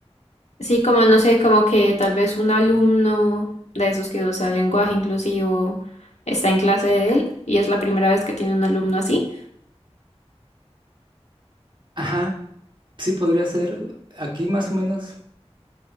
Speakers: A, on the left (about 85°); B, on the right (about 45°).
A: Sí, como no sé, como que tal vez un alumno de esos que usa lenguaje inclusivo está en clase de él y es la primera vez que tiene un alumno así.
B: Ajá, sí podría ser. Aquí más o menos